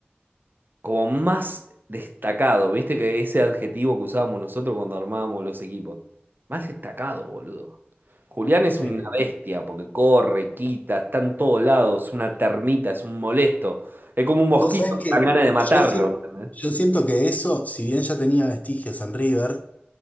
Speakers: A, on the right (about 55°); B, on the left (about 40°).
A: Como más destacado, viste que ese adjetivo que usábamos nosotros cuando armábamos los equipos. Más destacado, boludo. Julián es una
B: Eh,
A: bestia porque corre, quita, está en todos lados, es una termita, es un molesto. Es como un mosquito,
B: vos sabés
A: te
B: que
A: dan ganas de matarlo.
B: yo, si-
A: ¿entendés?
B: yo siento que eso, si bien ya tenía vestigios en River,